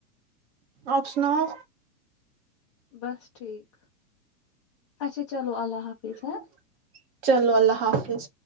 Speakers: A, on the right; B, on the left.
A: آپ سناؤ
B: بس ٹھیک اچھا چلو اللہ حافظ ہاں
A: لہ چلو اللہ حافظ